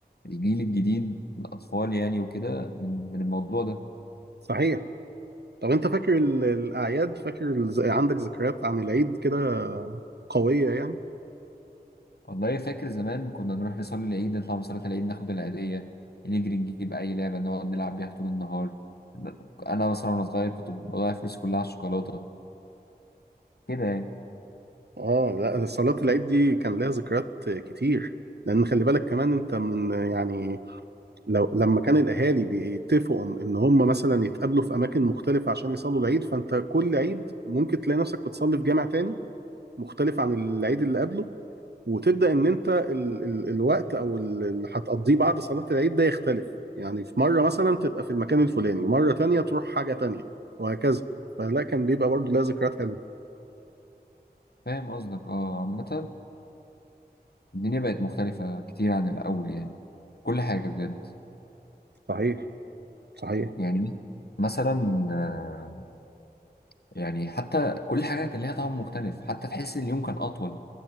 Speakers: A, on the left; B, on the right.
A: الجيل الجديد الاطفال يعني وكده من من الموضوع ده
B: صحيح طب انت فاكر ال- الاعياد فاكر الز- عندك ذكريات عن العيد كده قويه يعني
A: والله فاكر زمان كنا نروح نصلي العيد نطلع من صلاة العيد ناخد العيدية نجري نجيب أي لعبة نقعد نلعب بيها طول النهار أنا مثلا وأنا صغير كنت بضيع فلوسي كلها على الشوكولاتة كده يعني
B: اه لا صلاه العيد دي كان لها ذكريات كتير لان خلي بالك كمان انت من يعني لو لما كان الاهالي بيتفقوا ان هم مثلا يتقابلوا في اماكن مختلفه عشان يصلوا العيد فانت كل عيد ممكن تلاقي نفسك بتصلي في جامع تاني مختلف عن العيد اللي قبله وتبدا ان انت ال ال الوقت او ال- اللي هتقضيه بعد صلاه العيد ده يختلف يعني في مره مثلا تبقى في المكان الفلاني ومره تانية تروح حاجه تانية وهكذا فلا كان بيبقى برضو لها ذكريات حلوه
A: فاهم قصدك اه عامة الدنيا بقت مختلفة كتير عن الأول يعني كل حاجة بجد
B: صحيح صحيح
A: يعني مثلا آه، يعني حتى كل حاجة كان ليها طعم مختلف حتى تحس إن اليوم كان أطول